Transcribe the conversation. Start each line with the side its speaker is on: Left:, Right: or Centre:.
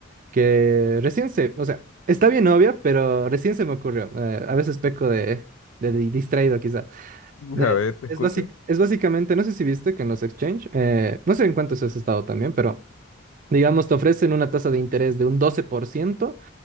Right: que recién se, o sea, está bien obvia, pero recién se me ocurrió. Eh, a veces peco de, de di- distraído quizá. Eh,
Left: A ver, te
Right: es
Left: escucho.
Right: basic- es básicamente, no sé si viste que en los exchange, eh, no sé en cuántos has estado también, pero digamos, te ofrecen una tasa de interés de un doce por ciento